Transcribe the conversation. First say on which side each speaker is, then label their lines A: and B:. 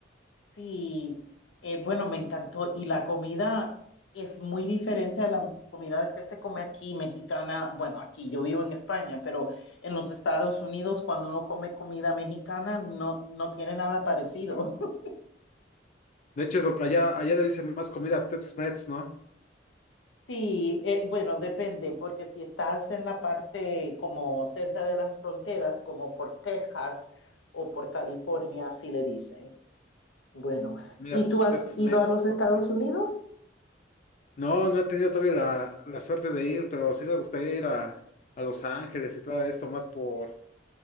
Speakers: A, on the left; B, on the left.
A: Sí, eh, bueno, me encantó. Y la comida es muy diferente a la comida que se come aquí, mexicana. Bueno, aquí yo vivo en España, pero en los Estados Unidos, cuando uno come comida mexicana, no, no tiene nada parecido. <laughs>
B: De hecho, es lo que allá, allá le dicen más comida Tex-Mex, ¿no?
A: Sí, eh, bueno, depende, porque si estás en la parte como cerca de las fronteras, como por Texas o por California, así le dicen. Bueno,
B: Comida
A: ¿y tú has
B: Tex-Mex,
A: ido a los Estados
B: ok.
A: Unidos?
B: No, no he tenido todavía la, la suerte de ir, pero sí me gustaría ir a, a Los Ángeles y todo esto, más por,